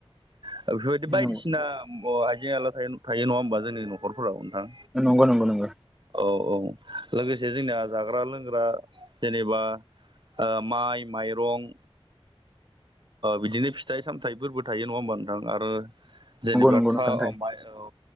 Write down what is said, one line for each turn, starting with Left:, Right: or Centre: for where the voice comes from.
Right: बेफोरबायदि बायदिसिना
Centre: नंगौ
Right: हाइजें आला थायो नङा होमबा जोंनि न' नखरफोराव नोंथां
Centre: नंगौ नंगौ नंगौ
Right: औ। औ लोगोसे जोंनाया जाग्रा लोंग्रा जेनेबा माइ माइरं बिदिनो फिथाइ सामथायाइफोरबो थायो नङा होन आरो जेनेबा
Centre: नंगौ
Right: थामाइ
Centre: नोंथां थायो
Right: ओ